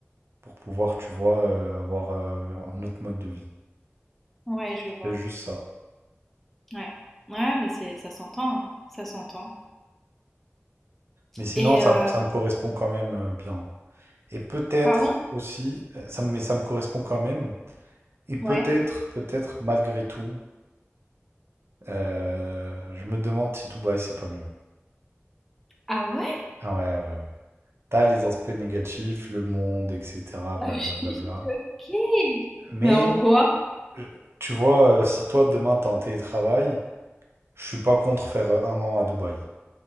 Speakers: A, on the right; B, in the centre.
A: pour pouvoir, tu vois, euh, avoir euh, un autre mode de vie?
B: Ouais, je vois.
A: C'est juste ça.
B: Ouais. Ouais, mais c'est ça s'entend, hein, ça s'entend
A: Mais sinon,
B: et
A: ça,
B: heu
A: ça me correspond quand même euh, bien. Et peut-être
B: pardon?
A: aussi, euh, ça, me- mais ça me correspond quand même. Et peut-être,
B: Ouais.
A: peut-être, malgré tout, euh, je me demande si Dubaï, c'est pas mieux.
B: Ah ouais?
A: Ah ouais, ouais, ouais. T'as les aspects négatifs, le monde, etc., blablabla.
B: <laughs> Je suis choquée!
A: Mais,
B: Mais en quoi?
A: euh, tu vois, euh, si toi, demain, t'es en télétravail, je suis pas contre faire euh, un an à Dubaï.